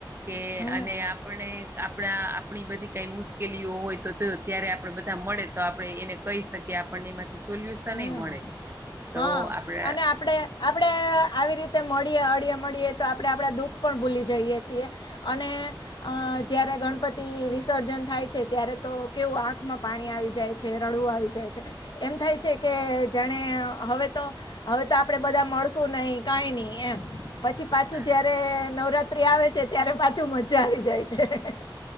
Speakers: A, on the right; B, on the left.
A: કે
B: હમ
A: અને આપને આપણા આપણી બધી કંઈ મુશ કેલીઓ હોય તો ત્યાં ત્યારે આપણે મળે તો આપણે એને કહી શકીએ આપણને એમાં સોલ્યુશન
B: હમ
A: નહીં મળે તો
B: હા
A: આપણે
B: અને આપણે આપણે આવી રીતે મળીએ અળીએ મળીએ તો આપણે આપણા દુઃખ પણ ભૂલી જઈએ છીએ અને અહ જયારે ગણપતિ વિસર્જન થાય છે ત્યારે તો કેવું આંખમાં પાણી આવી જાય છે રડવું આવી જાય છે એમ થાય છે કે જેણે હવે તો હવે તો આપણેે બધા મળશુ નહી કઈ નહી એમ પછી પાછું
A: હા
B: જયારે નવરાત્રી આવે છે ત્યારે પાછું મજા આવી જાય છે